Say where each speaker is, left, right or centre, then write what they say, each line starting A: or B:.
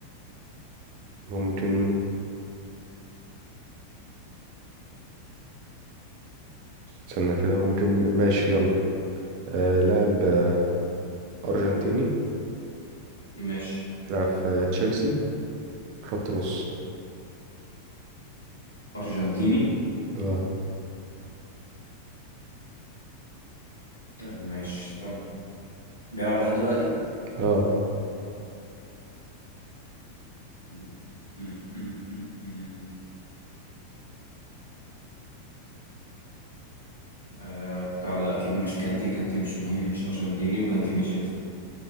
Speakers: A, on the right (about 45°); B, on the right (about 85°).
A: ممكن استنى كده ممكن ماشي يلا آه لاعب آه، أرجنتيني
B: ماشي
A: بيلعب في آه، تشيلسي خط نص
B: أرجنتيني
A: اه
B: آه ماشي استنى بيلعب لحد دلوقتي
A: اه
B: م- م- م- م. آه بتاع ده أكيد مش كانتي كانتي مش <laughs> مهم مش أرجنتيني وكانتي مش أساسي